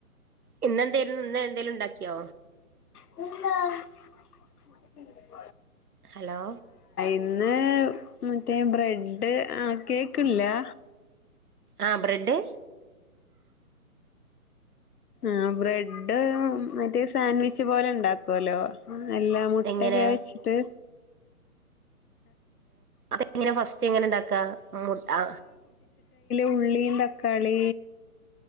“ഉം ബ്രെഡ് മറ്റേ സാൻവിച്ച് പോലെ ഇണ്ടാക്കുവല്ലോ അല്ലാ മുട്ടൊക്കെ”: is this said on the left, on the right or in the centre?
Left